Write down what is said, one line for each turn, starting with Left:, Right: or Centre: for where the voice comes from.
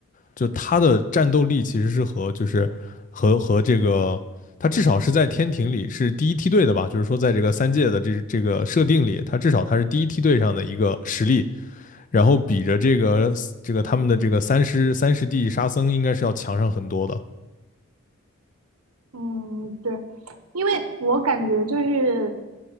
Left: 就他的战斗力其实是和就是和和这个他至少是在天庭里是第一梯队的吧，就是说在这个三界的这这个设定里，他至少他是第一梯队上的一个实力，然后比着这个这个他们的这个三师三师弟沙僧应该是要强上很多的，
Right: 嗯，对，因为我感觉就是